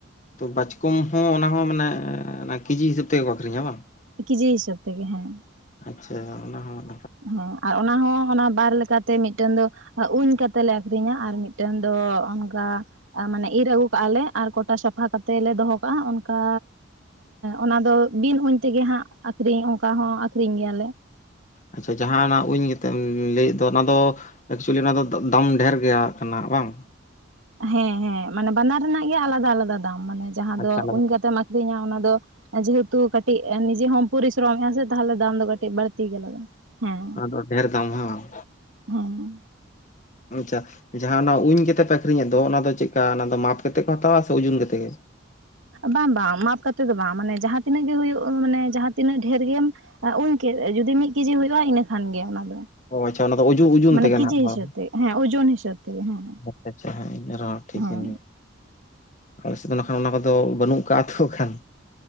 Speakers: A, on the left; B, on the right.
A: ᱛᱚ ᱵᱟᱪᱠᱚᱢ ᱦᱚᱸ ᱚᱱᱟ ᱦᱚᱸ ᱢᱟᱱᱮ ᱠᱤᱡᱤ ᱦᱤᱥᱟᱹᱵ ᱛᱮᱜᱮ ᱠᱚ ᱟᱠᱷᱨᱤᱧᱟ ᱵᱟᱝ?
B: ᱠᱤᱡᱤ ᱦᱤᱥᱟᱹᱵ ᱛᱮᱜᱮ ᱦᱮᱸ᱾
A: ᱟᱪᱪᱷᱟ ᱚᱱᱟ ᱦᱚᱸᱼᱼ
B: ᱦᱮᱸ ᱟᱨ ᱚᱱᱟ ᱦᱚᱸ ᱚᱱᱟ ᱵᱟᱨᱼᱼ ᱛᱮ ᱢᱤᱫᱴᱮᱱ ᱫᱚ ᱩᱧ ᱠᱟᱛᱮ ᱞᱮ ᱟᱠᱷᱨᱤᱧᱟ ᱟᱨ ᱢᱤᱫᱴᱟᱝ ᱫᱚ ᱚᱱᱠᱟ ᱢᱟᱱᱮ ᱤᱨ ᱟᱹᱜᱩ ᱠᱟᱜᱼᱟ ᱞᱮ ᱟᱨ ᱠᱚᱴᱟ ᱥᱟᱯᱷᱟ ᱠᱟᱛᱮᱫ ᱞᱮ ᱫᱚᱦᱚ ᱠᱟᱜᱼᱟ ᱚᱱᱠᱟᱼᱼ ᱚᱱᱟ ᱫᱚ ᱵᱤᱱ ᱩᱧ ᱛᱮᱜᱮ ᱦᱟᱸᱜ ᱟᱠᱷᱨᱤᱧ ᱚᱱᱠᱟ ᱦᱚᱸᱟᱠ ᱟᱠᱷᱨᱤᱧ ᱜᱮᱭᱟ ᱞᱮ᱾
A: ᱟᱪᱪᱷᱟ ᱡᱟᱦᱟᱸᱱᱟᱜ ᱩᱧ ᱞᱟᱹᱭᱮᱫ ᱫᱚ ᱚᱱᱟᱫᱚ ᱮᱠᱪᱩᱭᱮᱞᱤ ᱚᱱᱟ ᱫᱚ ᱫᱟᱢ ᱰᱷᱹᱮᱨ ᱜᱮᱭᱟ ᱠᱟᱱᱟ ᱵᱟᱝ?
B: ᱦᱮᱸ ᱦᱮᱸ ᱢᱟᱱᱮ ᱵᱟᱱᱟᱨ ᱨᱮᱱᱟᱜ ᱜᱮ ᱟᱞᱟᱫᱟ ᱟᱞᱟᱫᱟ ᱫᱟᱢ ᱢᱟᱱᱮ ᱡᱟᱦᱟᱸ
A: ᱟᱪᱪᱷᱟ
B: ᱫᱚ ᱩᱧ ᱠᱟᱛᱮᱢ ᱟᱠᱷᱨᱤᱧᱟ ᱚᱱᱟ ᱫᱚ, ᱡᱮᱦᱮᱛᱩ ᱠᱟᱹᱴᱤᱡ ᱱᱤᱡᱮ ᱦᱚᱸ ᱯᱚᱨᱤᱥᱨᱚᱢ ᱦᱮᱸ ᱥᱮ ᱛᱟᱦᱚᱞᱮ ᱫᱟᱢ ᱫᱚ ᱠᱟᱹᱴᱤᱡ ᱵᱟᱹᱲᱛᱤ ᱜᱮ ᱞᱟᱜᱟᱜᱼᱟ ᱦᱮᱸ᱾
A: ᱟᱫᱚ ᱰᱷᱮᱨ ᱫᱟᱢ ᱦᱮᱸᱵᱟᱝ?
B: ᱦᱮᱸ
A: ᱯᱚᱧᱪᱟᱥ ᱡᱟᱦᱟᱸ ᱚᱱᱟ ᱩᱧ ᱠᱟᱛᱮᱫ ᱯᱮ ᱟᱠᱷᱨᱤᱧᱮᱫ ᱫᱚ ᱚᱱᱟ ᱫᱚ ᱪᱮᱫ ᱞᱮᱠᱟ ᱚᱱᱟ ᱫᱚ ᱢᱟᱯ ᱠᱟᱛᱮᱜ ᱠᱚ ᱦᱟᱛᱟᱣᱟ ᱥᱮ ᱚᱡᱩᱱ ᱠᱟᱛᱮᱜ ᱜᱮ?
B: ᱵᱟᱝ ᱵᱟᱝ ᱢᱟᱯ ᱠᱟᱛᱮᱫ ᱫᱚ ᱵᱟᱝ ᱢᱟᱱᱮ ᱡᱟᱦᱟᱸᱛᱤᱱᱟᱹᱜ ᱜᱮ ᱦᱩᱭᱩᱜ ᱢᱟᱱᱮ ᱡᱟᱦᱟᱸᱛᱤᱱᱟᱹᱜ ᱰᱷᱮᱨ ᱜᱮᱢ ᱩᱧ ᱠᱮᱫ ᱡᱩᱫᱤ ᱢᱤᱫ ᱠᱮᱡᱤ ᱦᱩᱭᱩᱜᱼᱟ ᱤᱱᱟᱹ ᱠᱷᱟᱱᱜ ᱚᱱᱟ ᱫᱚ
A: ᱚ ᱟᱪᱪᱷᱟ ᱚᱱᱟᱫᱚ ᱚᱡᱩ ᱚᱡᱩᱱ
B: ᱢᱟᱱᱮ
A: ᱛᱮᱜᱮ
B: ᱠᱮᱡᱤ
A: ᱱᱟᱦᱟᱸᱜ,
B: ᱦᱤᱥᱟᱹᱵ ᱛᱮ ᱦᱮᱸ ᱳᱡᱚᱱ ᱦᱤᱥᱟᱹᱵ ᱛᱮᱜᱮ ᱦᱮᱸ
A: ᱟᱪᱪᱷᱟ ᱟᱪᱪᱷᱟ ᱦᱮᱸ ᱤᱱᱟ ᱨᱮᱦᱚᱸ ᱴᱷᱤᱠᱮᱱ
B: ᱦᱮᱸ
A: ᱜᱮᱭᱟ ᱟᱞᱮ ᱥᱮᱫ ᱫᱚ ᱱᱟᱜ ᱠᱷᱟᱱ ᱚᱱᱟ ᱠᱚᱫᱚ ᱵᱟᱹᱱᱩᱜ ᱠᱟᱜ-ᱟ ᱛᱚ ᱠᱷᱟᱱ